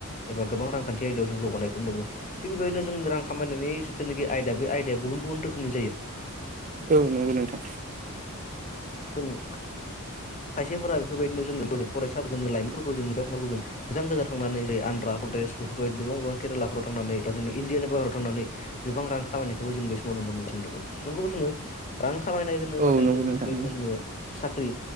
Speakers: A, on the left (about 35°); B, on the right (about 35°).
A: एबा गोबां रांखान्थि आयदायाव जों जौगानायखौ नुनो मोनो थिग बेबायदिनो जों रां खामायनायनि जिथुनाखि आयदा बे आयदाया गुबुन गुबुन रोख खोमनि जायो
B: औ नंगौ नोंथां।
A: ओंख खायसेफोरा बेफोरबायदिनो जोंनो बोलोब फरायसाफोर जोंनि लाइमोनफोरबो जोंनि बिदा फंबायबो जों <unintelligible> जों गोजा थांनानै जायो आनद्रा प्रदेश बेफोरबायदि गोबां गोबां केरेलाफोराव थांनानै बा जों इण्डियानि भारताव थांनानै गोबां रां खामनायखौबो जों बे समाव नुनो मोनगासिनो दङ जोंखौ जोङो रां खामायनाय होनोबाथाय
B: औ नंगौ
A: जोङो
B: नोंथां
A: बेफोरबायदिनो जोङो साख्रि